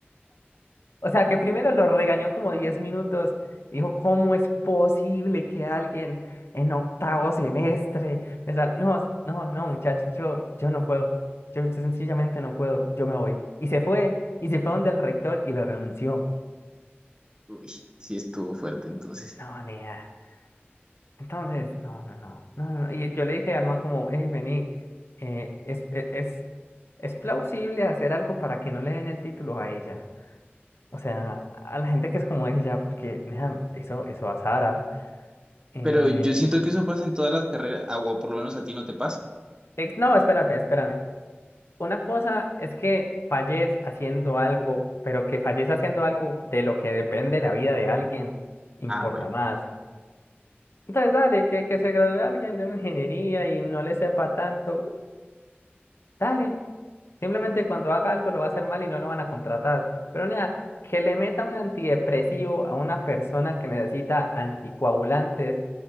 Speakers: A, on the left (about 80°); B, on the right (about 20°).
A: O sea, que primero lo regañó como 10 minutos. Dijo, ¿cómo es posible que alguien en octavo semestre? me sal-?" No, no, no, muchacho, yo, yo no puedo. Yo sencillamente no puedo. Yo me voy. Y se fue. Y se fue donde el rector y lo renunció.
B: Uy, sí estuvo fuerte entonces.
A: No, nea. Entonces, no, no, no, no, no. no. Y yo le dije al man como, hey, vení, eh, es, es, es es plausible hacer algo para que no le den el título a ella. O sea, a la gente que es como ella, porque nea, eso, eso a Sara. Eh,
B: Pero yo siento que eso pasa en todas las carreras, ah, o por lo menos a ti no te pasa.
A: ex- no, espérame, espérame. Una cosa es que falles haciendo algo, pero que falles haciendo algo de lo que depende la vida de alguien, importa
B: Ah, bueno.
A: más. Entonces, dale, que, que se gradúe alguien de una ingeniería y no le sepa tanto, dale. Simplemente cuando haga algo lo va a hacer mal y no lo van a contratar. Pero nada, que le meta un antidepresivo a una persona que necesita anticoagulantes,